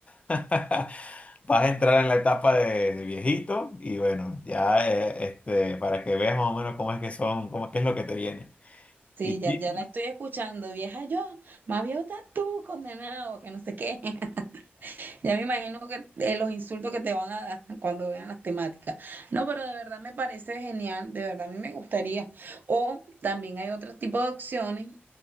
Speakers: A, on the left; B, on the right.
A: a, <laughs> vas a entrar en la etapa de, de viejito y bueno, ya, eh, este, para que veas más o menos cómo es que son, cómo, qué es lo que te viene.
B: Sí,
A: Y
B: ya,
A: sí,
B: ya
A: sí,
B: la estoy escuchando, vieja yo, más viejo estás tú, condenado, que no sé qué. <laughs> Ya me imagino que eh, los insultos que te van a dar cuando vean las temáticas. No, pero de verdad me parece genial, de verdad a mí me gustaría. O también hay otro tipo de opciones,